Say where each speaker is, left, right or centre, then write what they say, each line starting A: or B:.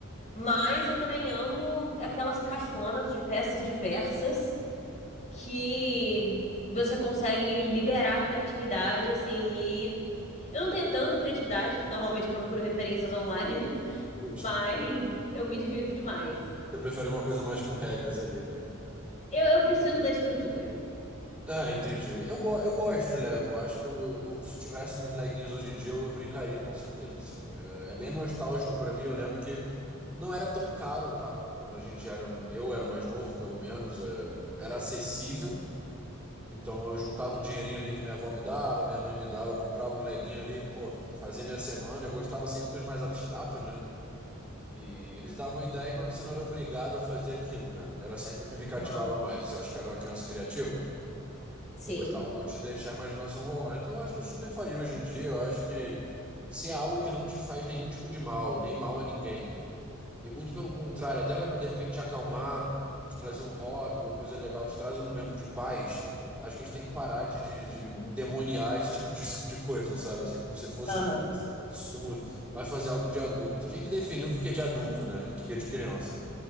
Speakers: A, on the left; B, in the centre.
A: mas eu também amo aquelas caixonas de peças diversas que você consegue liberar a criatividade assim e eu não tenho tanta criatividade, normalmente eu procuro referências online, <laughs>
B: Justo.
A: mas eu me divirto demais.
B: Você prefere uma coisa mais com regras ali, né?
A: Eu, eu preciso da estrutura.
B: Ah, entendi. Eu, go eu gosto de Lego. Acho que eu, eu- se eu tivesse uns leguinhos hoje em dia, eu brincaria com certeza. Assim, é, é bem nostálgico pra mim. Eu lembro que não era tão caro, tá? Quando a gente era, eu era mais novo, pelo menos, é, era acessível. Então eu juntava um dinheirinho ali que minha avó me dava, minha mãe me dava, eu comprava um leguinho ali, pô, fazia minha semana. Eu gostava sempre dos mais abstratos, né? Que eles davam ideias, mas você não era obrigado a fazer aquilo, né? Era sempre o que me cativava
A: Aham.
B: mais. Assim, eu acho que eu era uma criança criativa.
A: Sim.
B: Eu gostava muito de deixar a imaginação rolar. Então, eu acho que eu super faria hoje em dia. Eu acho que se é algo que não te faz nenhum tipo de mal, nem mal a ninguém, e muito pelo contrário, até vai de repente te acalmar, te trazer um hobby, uma coisa legal que te traz um momento de paz. Acho que a gente tem que parar de, de, de endemoniar esse tipo de, <laughs> de coisa, sabe? Assim, como se fosse
A: Aham.
B: absurdo. Vai fazer algo de adulto. Quem que definiu o que que é de adulto, né? E o que que é de criança?